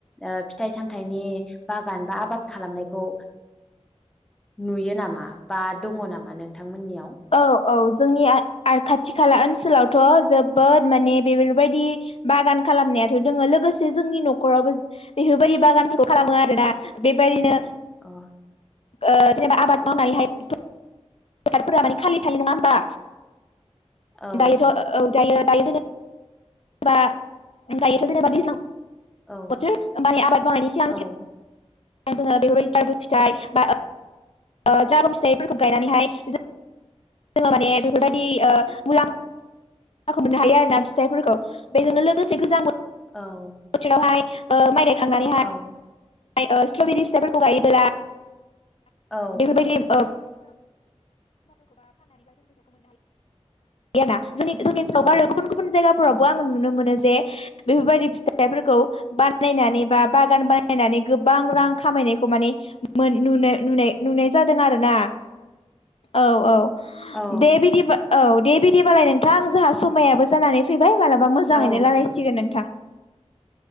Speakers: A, in the centre; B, on the left.
A: ओ फिथाइ सामथायाइनि बागान बा आबाद खालामनायखौ नुयो नामा बा दङ नामा नोंथांमोननियाव?
B: औ औ जोंनि खाथि खाला ओनसोलावथ' जोबोद माने बेफोरबायदि बागान खालामनायाथ' दोङो लोगोसे जोंनि न'खरावबो बेफोरबायदि बागानफोरखौ खालामो आरोना बेबायदिनो
A: अ
B: ओ जेनेबा आबाद मावनानैहायबादफोरा माने खालि थायो नङा होमबा।
A: औ
B: दायोथ ओ दायो दायो जे दायोथ' जेनेबा दैज्लां
A: औ
B: बोथोर आबाद मावनायनि सिगां
A: औ
B: सिगां जोङो बेफोरबायदि द्राबु फिथाइ बा द्रागन फिथाइफोरखौ गायनानैहाय जों जोङो माने बेफोरबायदि ओ मुलाम फाखौ मोननो हायो आरो ना फिथाइफोरखौ बेजोंनो लोगोसे गोजां बो
A: औ
B: थोरावहाय माइ गायखांनानैहाय
A: औ
B: ओ स्ट्रबेरि फिथाइफोरखौ गायोब्ला
A: औ
B: बेफोरबायदि <unintelligible> जोंनि जोंनि ओनोलावबो
A: औ
B: आरो गुबुन गुबुन जायगाफोरावबो
A: औ
B: आङो नुनो मोनो जे बेफोरबायदि फिथाइफोरखौ बानायनानै बा बागान बानायनानै गोबां रां खामायनायखौ माने मोन नुनो नुनाय नुनाय जादों आरोना औ औ
A: औ
B: दे बिदि औ। दे बिदिबालाय नोंथां आं जोंहा समायाबो जानानै फैबाय मालाबा मोजाङैनो
A: औ
B: रायलायसिगोन नोंथां।